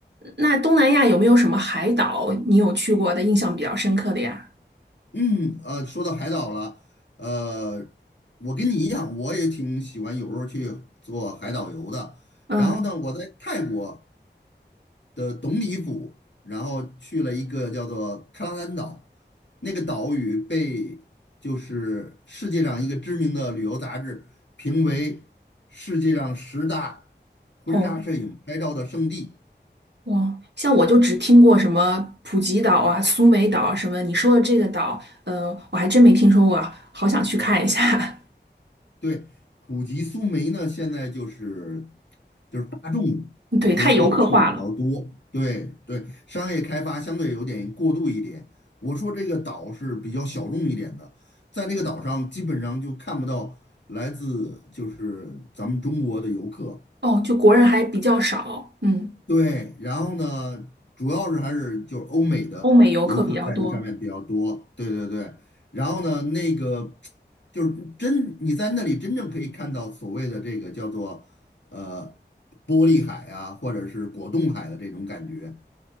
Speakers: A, on the right; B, on the left.
A: 那东南亚有没有什么海岛你有去过的，印象比较深刻的呀？
B: 嗯，呃，说到海岛了，呃，我跟你一样，我也挺喜欢有时候去做海岛游的。
A: 嗯，
B: 然后呢，我在泰国的董里府，然后去了一个叫做克拉丹岛，那个岛屿被就是世界上一个知名的旅游杂志评为世界上十大婚纱摄影拍照的圣地。
A: 哦。哇，像我就只听过什么普吉岛啊、苏梅岛啊什么，你说的这个岛，呃，我还真没听说过啊，好想去看一下。
B: 对，普吉苏梅呢，现在就是就是大众
A: <laughs> 对，
B: 游客去的比较多，
A: 太游客化了。
B: 对对，商业开发相对有点过度一点。我说这个岛是比较小众一点的，在那个岛上基本上就看不到来自就是咱们中国的游客，
A: 哦，就国人还比较少，嗯，
B: 对，然后呢，主要是还是就是欧美的游客在那上面比较多，
A: 欧美游客比较多。
B: 对对对。然后呢，那个就是真你在那里真正可以看到所谓的这个叫做呃玻璃海啊，或者是果冻海的这种感觉，